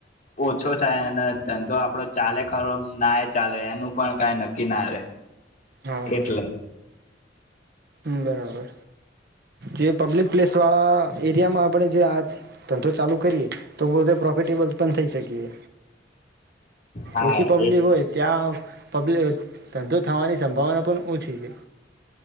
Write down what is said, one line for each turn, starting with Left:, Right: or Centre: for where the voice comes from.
Left: ઓછો થાય અને ધંધો આપણો ચાલે ખરો ના પણ ચાલે એનું પણ કઈ નક્કી ના રે.
Right: હા હા.
Left: એટલે
Right: હ બરાબર. જે પબ્લિક પ્લેસવાળા એરિયામાં આપણે જે આ ધંધો ચાલુ કરીએ તો પોતે પ્રોફિટેબલ પણ થઈ શકીએ.
Left: હા
Right: ઓછી પબ્લિક
Left: એ
Right: હોય ત્યાં ધંધો થવાની સંભાવના પણ ઓછી છે.